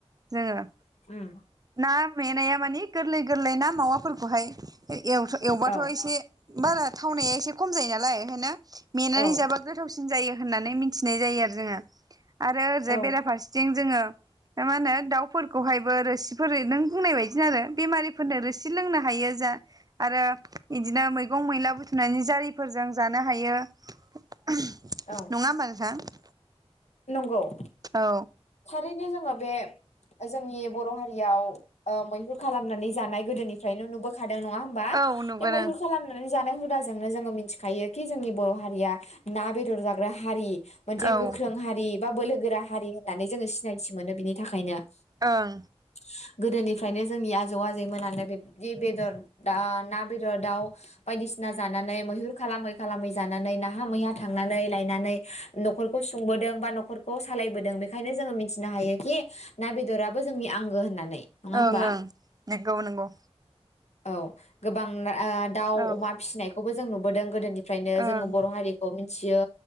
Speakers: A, on the right (about 35°); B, on the left (about 85°).
A: जोङो। ना
B: उम
A: मेनाया मानि गोरलै गोरलै ना मावाफोरखौहाय ओइ एव-एवबाथ'
B: औ
A: एसे बारा थावनाया एसे खम जायो नालाय ओंखायनो मेनानै
B: औ
A: जाबा गोथावसि न जायो होननानै मिनथिनाय जायो आरो जोङो। आरो ओरैजाय
B: औ
A: बेराफारसेथिं जोङो मा होनो दाउफोरखौहायबो रोसिफोरै नों बुंनाय बायदिनो आरो बेमारिफोरनो रोसि लोंनो हायो जा आरो गदिनो मैगं मैला बुथुमनानै जारिफोरजों जानो हायो। ओहोम नङा
B: औ
A: होम्बा नोंथां?
B: नंगौ
A: औ
B: <inaudible> थारैनो जोङो बे जोंनि बर' हारि याव ओ मैहुर खालाम खामनानै जानाय गोदोनिफ्रायनो नुबोखादों नङा होबा
A: औ नुगोन
B: बे मैुरनानै
A: ओं
B: जाना हुदाजोंनो जोङो मिथिखायो खि जोंनि बर हारिया ना बेदर जाग्रा हारि। मोनसे
A: औ
B: गोख गोख्रों हारि बा बोलो गोरा हारि होननानै जोङो सिनायथि मोनो बिनि थाखायनो <inaudible>
A: ओं
B: गोदोनिफ्रायनो जोंनि आजौ आजैमोनानो बिब्दि बेदर दा ना बेदर दाउ बायदिसिना जानानै मैहुर खालामै खालामै जानानै नाहा मैहा थांनानै लायनानै नख'रखौ सु खुंबोदों बा नख'रखौ सालायबोदों बेखायनो जोङो मिथिनो हायोखि ना बेदराबो जोंनि आंगो होननानै। नङा
A: ओं
B: होमबा
A: ओं नंगौ नंगौ।
B: औ गोबां ओ दाउ
A: औ
B: अमा फिसिनायखौबो जो जों नुबोदों गोदोनि फ्रायनो
A: ओं
B: जोङो बर' हारि औ मिथियो